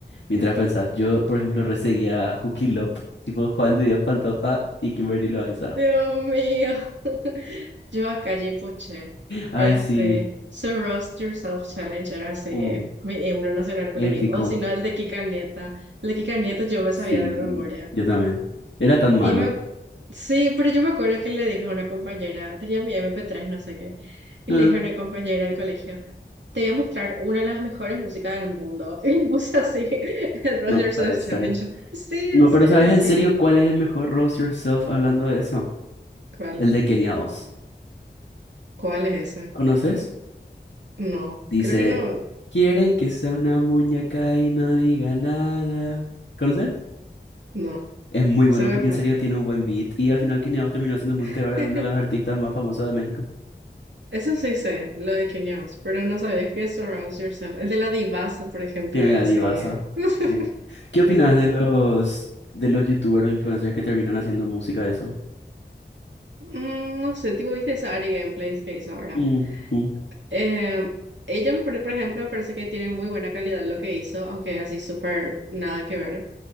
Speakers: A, on the left; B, on the right.
A: mientras pensás, yo por ejemplo reseguía a Juki Lop, tipo Juan de Dios Pantoja y Kimberly Loaiza.
B: Dios mío. <laughs> Yo acá, Poche,
A: Ay,
B: era
A: sí.
B: ese So Roast Yourself Challenge, era ese
A: Mm,
B: mi himno nacional por
A: épico.
B: ahí, o si no, el de Kika Nieta. El de Kika Nieta yo me
A: Sí,
B: sabía de memoria.
A: yo también. Era tan malo.
B: Y me, sí, pero yo me acuerdo que le dije a una compañera, tenía mi mp tres no sé qué, y
A: Ah,
B: le dije a una compañera del colegio, te voy a mostrar una de las mejores músicas del mundo. <laughs> Y le puse así, <laughs> el Roast
A: no
B: Yourself
A: puede ser.
B: Challenge. Sí,
A: No,
B: en serio,
A: pero ¿sabes en
B: así.
A: serio cuál es el mejor Rose Yourself hablando de eso?
B: ¿Cuál?
A: El de Kenia Os.
B: ¿Cuál es ese?
A: ¿Conoces?
B: No,
A: Dice,
B: creo que no.
A: quieren que sea una muñeca y no diga nada. ¿Conoces?
B: No,
A: Es muy bueno
B: se me
A: porque
B: fue.
A: en serio tiene un buen beat y al final Kenia Os terminó haciendo música
B: <laughs>
A: y ahora es una de las artistas más famosas de México.
B: Eso sí sé, lo de Kenya pero no sabía que Surround Yourself. El de la divasa, por ejemplo,
A: En
B: era
A: la
B: así.
A: divasa.
B: <laughs>
A: Sí. ¿Qué opinas de los de los youtubers o influencers que terminan haciendo música de eso?
B: Mm, No sé, tipo, viste esa Ari Gameplays que hizo ahora.
A: Mm, mm,
B: Eh, ella, me pare- por ejemplo, me parece que tiene muy buena calidad lo que hizo, aunque es así súper nada que ver.